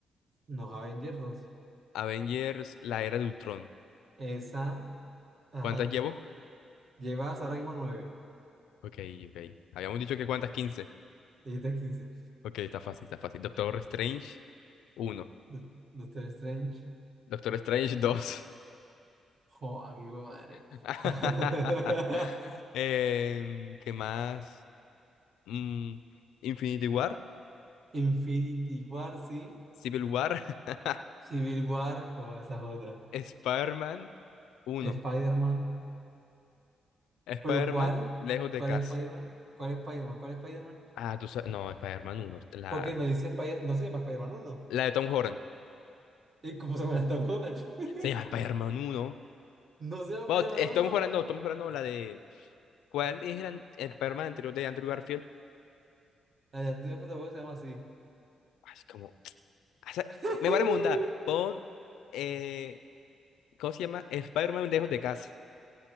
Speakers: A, on the right; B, on the left.
A: No, Avengers dos,
B: Avengers, la era de Ultron.
A: Esa, ajá.
B: ¿Cuántas llevo?
A: Llevas ahora mismo nueve,
B: Ok, ok. Habíamos dicho que cuántas, 15.
A: Dijiste 15.
B: Ok, está fácil, está fácil. Doctor Strange, uno,
A: Do- Doctor Strange.
B: Doctor Strange, 2.
A: Joder, qué madre.
B: <laughs>
A: <laughs>
B: ¿qué más? Mm, Infinity War,
A: Infinity War, sí.
B: Civil War, <laughs>
A: Civil War, joder, esa es otra.
B: Spider-Man, 1.
A: Spider-Man.
B: Spider-Man,
A: ¿Pero cuál?
B: lejos de
A: ¿Cuál
B: casa.
A: es Spider-Man? ¿Cuál es Spider-Man? ¿Cuál es Spider-man?
B: Ah, tú sabes. No, Spider-Man 1. La,
A: Porque no dice Spider- no se llama Spider-Man 1.
B: la de Tom Holland.
A: ¿Y cómo se llama Tom Holland? <laughs>
B: Se llama Spider-Man 1.
A: No se llama Spider-Man
B: Bueno, estamos
A: 1.
B: jugando, estamos jugando la de. ¿Cuál es el, an- el Spider-Man anterior de Andrew Garfield?
A: La de Andrew tampoco se llama así.
B: Así como. o sea,
A: <laughs>
B: me vale mundar. Pon. eh, ¿cómo se llama? Spider-Man lejos de casa.